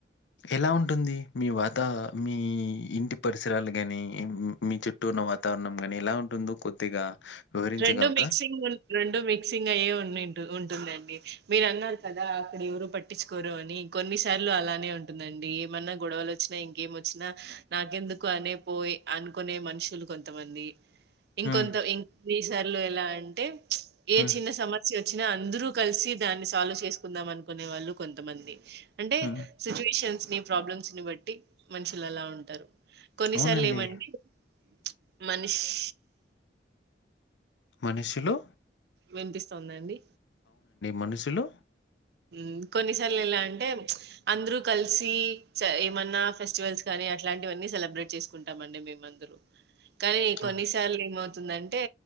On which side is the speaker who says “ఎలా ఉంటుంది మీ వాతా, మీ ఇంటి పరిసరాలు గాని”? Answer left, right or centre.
Left